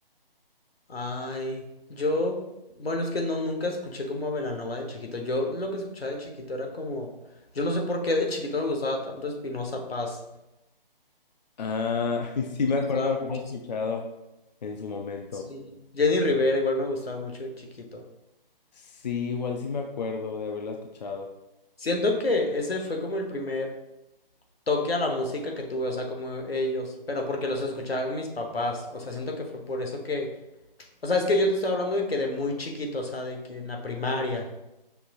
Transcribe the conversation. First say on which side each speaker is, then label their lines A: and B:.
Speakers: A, on the left; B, on the left.
A: Ay, yo, bueno, es que no, nunca escuché como a Belanova de chiquito. Yo lo que escuchaba de chiquito era como, yo no sé por qué de chiquito me gustaba tanto Espinosa Paz.
B: Ah, <laughs> y sí
A: Me
B: me
A: gustaba
B: acuerdo de haberlo
A: muchísimo.
B: escuchado en su momento.
A: Sí. Jenny Rivera igual me gustaba mucho de chiquito.
B: Sí, igual sí me acuerdo de haberla escuchado.
A: Siento que ese fue como el primer toque a la música que tuve, o sea, como ellos, pero porque los escuchaban mis papás. O sea, siento que fue por eso que, o sea, es que yo te estoy hablando de que de muy chiquito, o sea, de que en la primaria.